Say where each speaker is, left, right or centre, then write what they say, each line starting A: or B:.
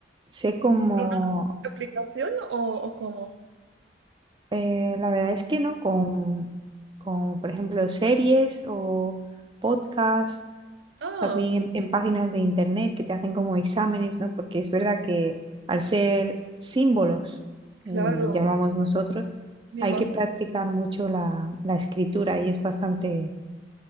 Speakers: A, on the right; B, on the right.
A: sé como...
B: ¿Por una aplicación o, o cómo?
A: eh, la verdad es que no, con, con, por ejemplo, series o podcast
B: Ah,
A: también en, en páginas de internet que te hacen como exámenes, ¿no? Porque es verdad que al ser símbolos, mm,
B: claro.
A: llamamos nosotros,
B: Me
A: hay
B: ima-
A: que practicar mucho la, la escritura y es bastante